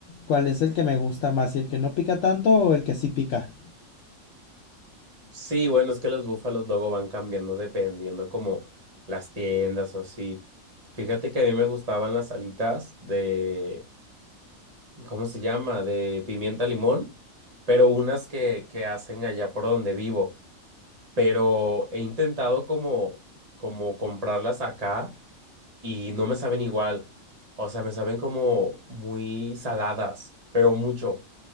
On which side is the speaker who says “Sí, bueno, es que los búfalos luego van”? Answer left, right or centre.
Right